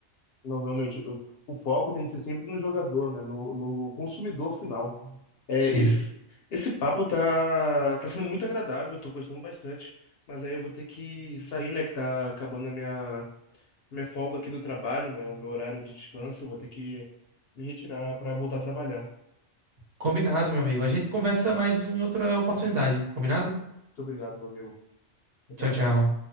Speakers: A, on the left; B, on the right.
A: Não, realmente, o, o foco tem que ser sempre no jogador, né? No, no consumidor final. É,
B: Sim.
A: esse, esse papo tá, tá sendo muito agradável, tô gostando bastante. Mas aí eu vou ter que sair, né? Que tá acabando a minha, minha folga aqui do trabalho, né? O meu horário de descanso, eu vou ter que me retirar para voltar a trabalhar.
B: Combinado, meu amigo. A gente conversa mais em outra oportunidade. Combinado?
A: Então, Muito obrigado, meu amigo. Até
B: Tchau,
A: a próxima.
B: tchau.